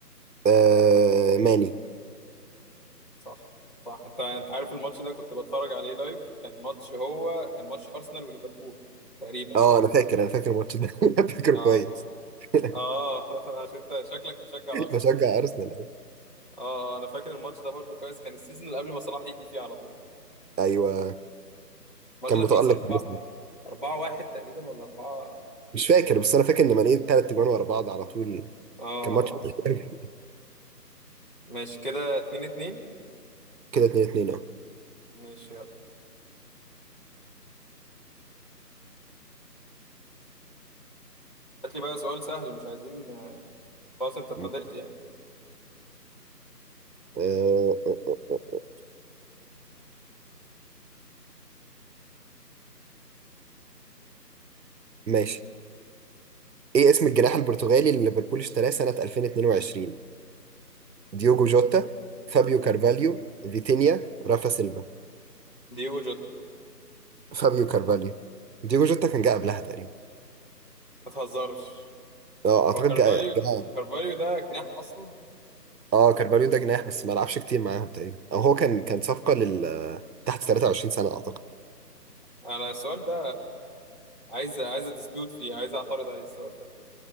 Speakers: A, on the right; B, on the left.
A: أه... ماني
B: صح صح انت انت عارف الماتش ده كنت بتفرج عليه لايف كان ماتش هو كان ماتش أرسنال وليفربول تقريبا
A: اه انا فاكر انا فاكر الماتش ده <laughs> فاكره
B: اه
A: كويس <laughs>
B: اه <laughs> عشان انت شكلك بتشجع أرسنال
A: بشجع ارسنال أيوة.
B: اه آه، انا فاكر الماتش ده برضو كويس كان السيزون اللي قبل ما صلاح يجي فيه على طول
A: ايوه
B: الماتش
A: كان
B: ده
A: متالق
B: خلص 4
A: بارسنال
B: 4 1 تقريبا ولا 4
A: مش فاكر بس انا فاكر ان ماني ثلاث تجوان ورا بعض على طول
B: اه
A: كان ماتش
B: آه.
A: وحش أوي.
B: ماشي كده اتنين اتنين
A: كده 2 2 اه
B: ماشي يلا هات لي بقى سؤال سهل مش عايزين خلاص انت اتعدلت
A: ماشي.
B: يعني
A: آه، آه، آه، آه. ماشي ايه اسم الجناح البرتغالي اللي ليفربول اشتراه سنة 2022 ديوجو جوتا فابيو كارفاليو فيتينيا رافا سيلفا
B: دييجو جوتا
A: فابيو كارفاليو ديوجو جوتا كان جه قبلها تقريبا
B: ما تهزرش
A: اه اعتقد
B: هو كارفاليو
A: جه
B: ده
A: جه
B: كارفاليو ده جناح اصلا
A: اه كارفاليو ده جناح بس ما لعبش كتير معاهم تقريبا او هو كان كان صفقه لل تحت 23 سنه اعتقد
B: انا السؤال ده عايز عايز اديسبيوت فيه عايز اعترض عليه السؤال ده